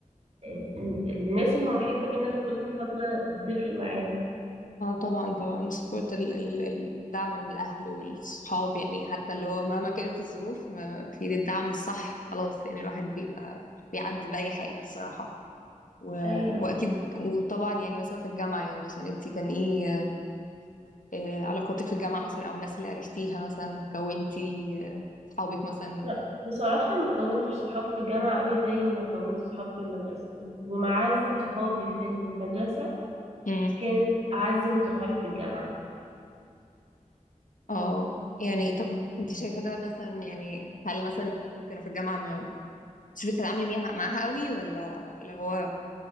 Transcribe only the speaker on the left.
اه طبعا طبعا سبورت ال ال الدعم من الأهل والصحاب يعني حتى اللي هو مهما كانت الظروف ما في ايد الدعم الصح خلاص يعني الواحد بيبقى بيعدي بأي حاجة الصراحة و...
وأكيد وطبعا يعني مثلا في الجامعة يعني مثلا انت كان ايه آه، علاقاتك في الجامعة مثلا أو الناس اللي عرفتيها مثلا كونتي آه، صحابك مثلا
مم.
اه يعني طب انت شايفة ده مثلا يعني هل مثلا الناس اللي كانوا في الجامعة ما مش بتتعاملي معاها معاها قوي ولا ولا هو